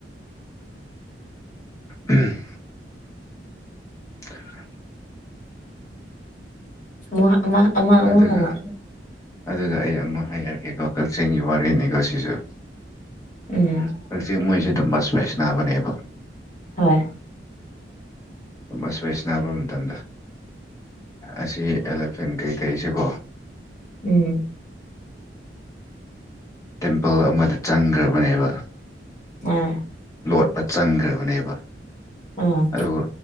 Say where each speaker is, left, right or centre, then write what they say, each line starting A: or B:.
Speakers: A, on the left; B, on the left.
A: ꯎꯝ <unintelligible>
B: ꯑꯃꯨꯛ ꯑꯃ ꯑꯃ ꯑꯃꯨꯛ
A: ꯑꯗꯨꯒ
B: ꯍꯉꯛꯑꯅꯤ
A: ꯑꯗꯨꯒ ꯑꯩ ꯑꯃꯨꯛ ꯍꯥꯏꯔꯛꯀꯦꯀꯣ ꯀꯛꯆꯤꯡꯒꯤ ꯋꯥꯔꯤꯅꯤꯀꯣ ꯁꯤꯁꯨ
B: ꯎꯝ
A: <unintelligible>
B: ꯍꯣꯏ
A: ꯗꯨꯝꯕ ꯏꯁꯄꯥꯏ ꯅꯥꯕ ꯃꯇꯝꯗ ꯑꯁꯤ ꯑꯦꯂꯤꯐꯦꯟ ꯀꯩꯀꯩꯁꯦꯀꯣ
B: ꯎꯝ
A: ꯇꯦꯝꯄꯜ ꯑꯃꯗ ꯆꯪꯈ꯭ꯔꯕꯅꯦꯕ
B: ꯎꯝ
A: ꯂꯣꯠꯄ ꯆꯪꯈ꯭ꯔꯕꯅꯦꯕ
B: ꯑꯣ
A: ꯑꯗꯨꯒ